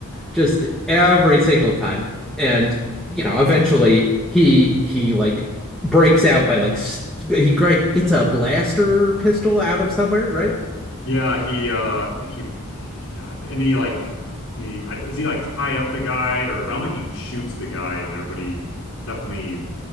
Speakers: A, in the centre; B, on the left.
A: just every single time. And, you know, eventually he he like breaks out by like st he like gets a blaster pistol out of somewhere, right?
B: Yeah, he uh he he yeah, and he like he I, is he like tie up the guy or I don't think he shoots the guy in there, but he definitely